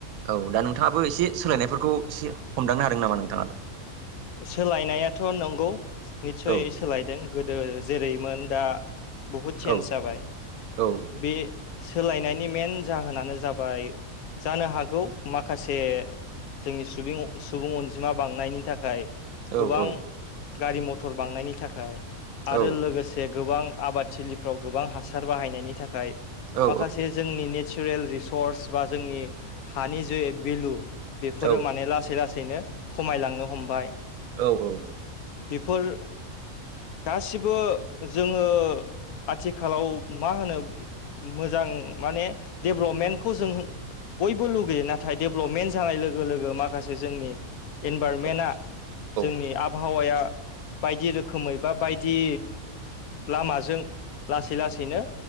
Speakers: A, on the right; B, on the left.
A: औ दा नोंथाङाबो एसे सोलायनायफोरखौ एसे हमदांनो हादों नामा नोंथाङाबो
B: सोलायनायाथ' नंगौ निस्सय
A: औ
B: सोलायदों गोदो जेरैमोन दा बहुद चेन्ज
A: औ
B: जाबाय
A: औ
B: बे सोलायनायनि मेन जाहोनानो जाबाय जानो हागौ माखासे जोंनि सुबुं सुबुं अनजिमा बांनायनि थाखाय गोबां
A: औ औ
B: गारि मटर बांनायनि थाखाय आरो
A: औ
B: लोगोसे गोबां आबादथिलिफ्राव गोबां हासार बाहायनायनि थाखाय
A: औ
B: माखासे जोंनि ने नेचारेल रिसर्स बा जोंनि हानि जे भेलु बेफोरो
A: औ
B: माने लासै ला बिदिनो खमायलांनो हमबाय
A: औ औ
B: बेफोर गासिबो जोङो आथिखालाव मा होनो मोजां माने डेभ्लपमेन्टखौ जों बयबो लुगैयोना नाथाय डेभेलपमेन्ट जानाय लोगो लोगो माखासे जोंनि इनभारनमेन्टआ
A: औ
B: जोंनि
A: औ
B: आब हावाया बायदि रोखोमै बा बायदि लामाजों लासै लासैनो